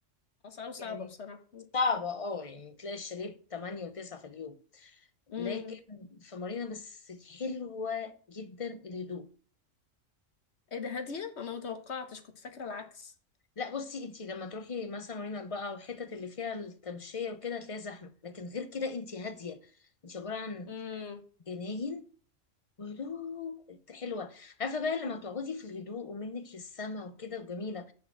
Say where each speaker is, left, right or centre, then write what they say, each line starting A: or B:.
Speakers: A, on the left; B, on the left.
A: اسعاره صعبة
B: يعني
A: بصراحة
B: صعبة اه يعني تلاقي الشرير 8 و9 في اليوم
A: مم.
B: لكن في مارينا بس حلوة جدا الهدوء
A: ايه ده هادية انا متوقعتش كنت فاكرة العكس
B: لا بصي انتي لما تروحي مثلا مارينا بقى والحتت اللي فيها التمشية وكده هتلاقي زحمة لكن غير كده انتي هادية انتي عبارة عن
A: امم
B: جناين ولو انت حلوه عارفه بقى لما تقعدي في الهدوء ومنك للسما وكده وجميله